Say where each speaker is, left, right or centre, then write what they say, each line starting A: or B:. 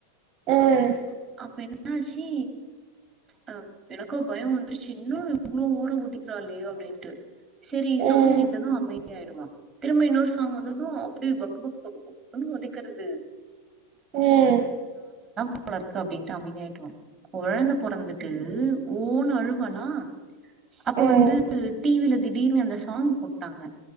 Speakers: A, on the right; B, on the right.
A: ம்
B: அப்ப என்னாச்சி அ எனக்கோ பயம் வந்துருச்சு என்னடா இவ்ளோ ஓரோ குதிக்றாளே அப்டின்ட்டு செரி
A: ம்
B: சாங் நின்டது அமைதியாய்டுவா திரும்ப இன்னோர் சாங் வந்தது ப்டே பக்கு பக்கு பக்கு பக்குனு ஒதக்கறது
A: ம்
B: போலருக்கு அப்டின்ட்டு அமைதியாயிட்ருவம் கொழந்த பொறந்துட்டு ஓண்ணு அழுவாலா அப்ப
A: ம்
B: வந்து டிவில திடீர்னு அந்த சாங் போட்டாங்க